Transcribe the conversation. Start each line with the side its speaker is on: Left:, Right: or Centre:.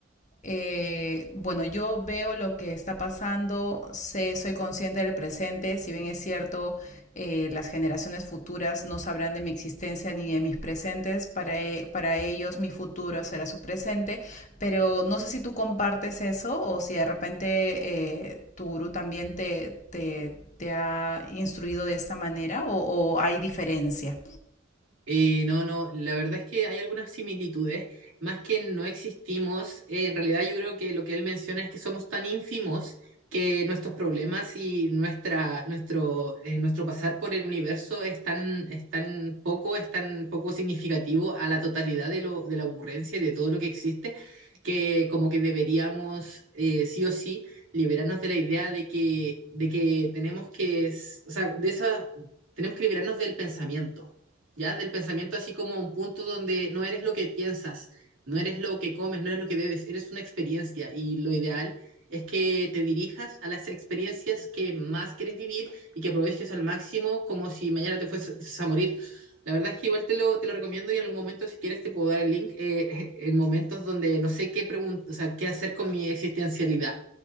Left: eh, bueno, yo veo lo que está pasando, sé, soy consciente del presente, si bien es cierto, eh, las generaciones futuras no sabrán de mi existencia ni de mis presentes, para, e- para ellos mi futuro será su presente, pero no sé si tú compartes eso o si de repente eh, tu gurú también te, te, te ha instruido de esta manera o, o hay diferencia.
Right: Eh, no, no, la verdad es que hay algunas similitudes, más que no existimos, eh, en realidad yo creo que lo que él menciona es que somos tan ínfimos que nuestros problemas y nuestra, nuestro, eh, nuestro pasar por el universo es tan, es tan poco, es tan poco significativo a la totalidad de lo, de la ocurrencia y de todo lo que existe, que como que deberíamos eh, sí o sí liberarnos de la idea de que, de que tenemos que, s- o sea, de esa, tenemos que liberarnos del pensamiento ¿ya? Del pensamiento así como a un punto donde no eres lo que piensas, no eres lo que comes, no eres lo que bebes, eres una experiencia y lo ideal es que te dirijas a las experiencias que más quieres vivir y que aproveches al máximo como si mañana te fueses a morir. La verdad es que igual te lo, te lo recomiendo y en algún momento si quieres te puedo dar el link eh, en momentos donde no sé qué pregun- o sea, qué hacer con mi existencialidad.